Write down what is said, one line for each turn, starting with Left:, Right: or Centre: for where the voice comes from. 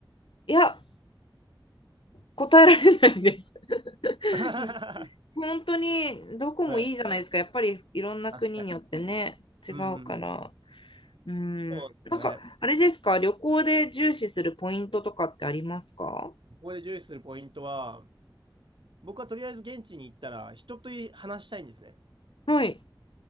Left: いや、ご答えられないです。<laughs>
Right: <laughs> は
Left: 本当にどこもいいじゃないですか。
Right: い。
Left: やっぱりいろんな国によってね、
Right: 確かに。
Left: 違うから。
Right: うん
Left: うん。
Right: そうですね。
Left: なんか、あれですか、旅行で重視するポイントとかってありますか
Right: ここで重視するポイントは、僕はとりあえず現地に行ったら人と話したいんですね。
Left: はい。